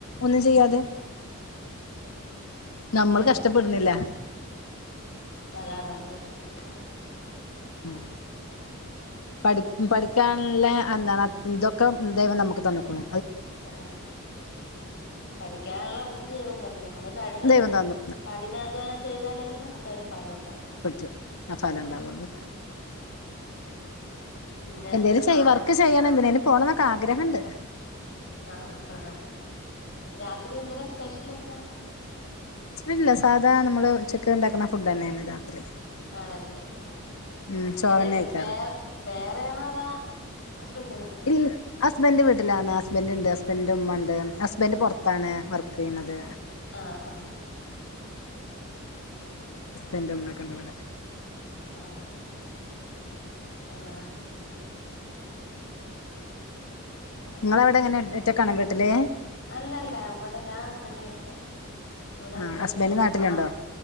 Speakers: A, on the left; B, on the left.
A: ഒന്നും ചെയ്യാതെ നമ്മൾ
B: ആ
A: കഷ്ടപ്പെടുന്നില്ല
B: അതാണ് നമ്മള് കഷ്ടപ്പെട്ടത്
A: ഉം പഠി പഠിക്കാനുള്ള അല്ലാ ഇതൊക്കെ ദൈവം നമുക്ക് തന്ന്ക്ക്ണു
B: ആ പഠിക്കാനുള്ള ബുദ്ധി ദൈവം തന്നു ഞമ്മള് ക അതിന്
A: ദൈവം തന്നു
B: കഠിനാധ്വാനം ചെയ്താലല്ലേ നമുക്ക് അതിന് ഫലം ഉണ്ടാവു
A: പറ്റും ആ ഫലം ഉണ്ടാവണ്ട്
B: പിന്നെ
A: എന്തേലും ചെയ്യ്
B: ആ
A: വർക്ക് ചെയ്യാൻ എന്തിനേലും പോണം എന്നൊക്കെ ആഗ്രഹണ്ട്
B: ആഹ് ഹ് ഹ രാത്രി എന്ത് രാ സ്പെഷ്യല്ക്കാ
A: ഇല്ല സാധാരണ നമ്മള് ഉച്ചക്ക് ഉണ്ടാക്കുന്ന ഫുഡ് തന്നെയാണ് രാത്രി
B: ആണല്ലേ ആഹ്
A: ഉം
B: അങ്ങനെ
A: ചോറന്നെ
B: വെ
A: കഴിക്കാറ്
B: വേറെ വേറെ ആണോ അതാ ഹസ്ബൻഡിന്റെ വീട്ടി
A: ഈ ഹസ്ബൻറ് വീട്ടിലാണ് ഹസ്ബൻറ് ഉണ്ട് ഹസ്ബൻഡ് ഉമ്മ ഉണ്ട് ഹസ്ബൻഡ് പുറത്താണ് വർക്ക് ചെയ്യുന്നത്
B: ആഹ് ആഹ്
A: ഹസ്ബെൻഡ ഉമ്മക്കെണ്ടിവിടെ
B: ആഹ് ആഹ് ആഹ്
A: നിങ്ങള അവിടെ എങ്ങനെ ഒറ്റക്കാണ വീട്ടില്
B: അല്ല അല്ല ഇവിടെ ഞാൻ ഹസ്ബൻഡിന്റെ വീട്ടില ഇവിടെ ഹസ്ബൻഡിന്റെ
A: ആ ഹസ്ബൻഡ്
B: ഉമ്മ
A: നാട്ടിലുണ്ടോ